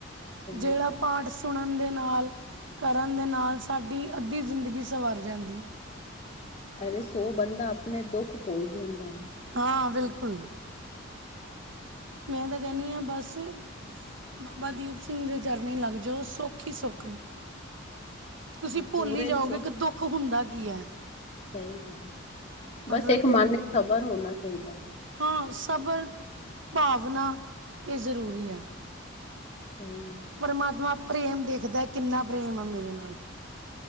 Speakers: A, on the left; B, on the right.
A: ਸਹੀ
B: ਜਿਹੜਾ
A: ਸਹੀ
B: ਪਾਠ ਸੁਣਨ ਦੇ ਨਾਲ ਕਰਨ ਦੇ ਨਾਲ, ਸਾਡੀ ਅੱਧੀ ਜ਼ਿੰਦਗੀ ਸਵਰ ਜਾਂਦੀ ਹੈ।
A: ਅਰੇ ਸੋ ਬੰਦਾ, ਆਪਣੇ ਦੁੱਖ ਭੁੱਲ ਜਾਂਦਾ।
B: ਹਾਂ, ਬਿਲਕੁਲ। ਮੈਂ ਤਾਂ ਕਹਿਨੀ ਆ, ਬਸ। ਬਾਬਾ ਦੀਪ ਸਿੰਘ ਜੀ ਦੇ ਚਰਨੀ ਲੱਗ ਜਾਓ, ਸੁੱਖ ਹੀ ਸੁੱਖ ਨੇ। ਤੁਸੀਂ ਭੁੱਲ
A: ਪੂਰੇ
B: ਜਾਓਗੇ
A: ਹੀ ਸੋ।
B: ਕਿ ਦੁੱਖ ਹੁੰਦਾ ਕੀ
A: ਸਹੀ
B: ਹੈ
A: ਗੱਲ ਹੈ, ਬਸ
B: ਮਤਲਬ
A: ਇੱਕ
B: ਇਹ
A: ਮਨ ਚ ਸਬਰ ਹੋਣਾ ਚਾਹੀਦਾ।
B: ਹਾਂ, ਸਬਰ, ਭਾਵਨਾ ਇਹ ਜ਼ਰੂਰੀ ਹੈ।
A: ਹਮ।
B: ਪ੍ਰਮਾਤਮਾ ਪ੍ਰੇਮ ਦੇਖਦਾ ਕਿੰਨਾ ਪ੍ਰੇਮ ਆ, ਮੇਰੇ ਨਾਲ।